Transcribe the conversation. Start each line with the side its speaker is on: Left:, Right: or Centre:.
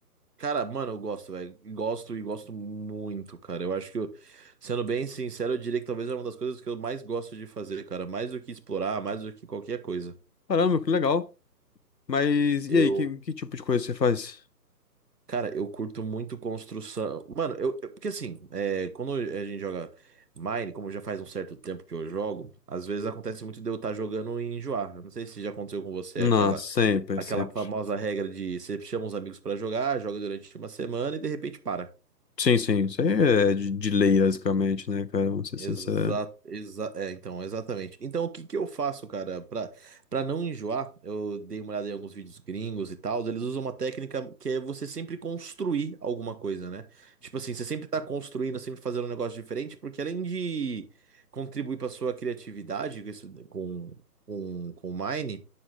Right: Cara, mano, eu gosto, velho. Gosto e gosto muito, cara. Eu acho que, eu- sendo bem sincero, eu diria que talvez é uma das coisas que eu mais gosto de fazer, cara. Mais do que explorar, mais do que qualquer coisa.
Left: Caramba, que legal. Mas e
Right: Eu,
Left: aí, que, que tipo de coisa você faz?
Right: cara, eu curto muito construção. Mano, eu, eu- porque assim, é, quando a gente joga Mine, como já faz um certo tempo que eu jogo, às vezes acontece muito de eu estar jogando e enjoar. Eu não sei se já aconteceu com você
Left: Não,
Right: aquela.
Left: sempre,
Right: Aquela
Left: sempre.
Right: famosa regra de você chama os amigos pra jogar, joga durante uma semana e de repente para.
Left: Sim, sim, isso aí é de, de lei, basicamente, né, cara? Vamos ser
Right: Exa
Left: sincero.
Right: exa é, então, exatamente. Então, o que que eu faço, cara, pra, pra não enjoar? Eu dei uma olhada em alguns vídeos gringos e tal. Eles usam uma técnica que é você sempre construir alguma coisa, né? Tipo assim, você sempre tá construindo, sempre fazendo um negócio diferente, porque além de contribuir pra sua criatividade com, esse- com, com, com o Mine,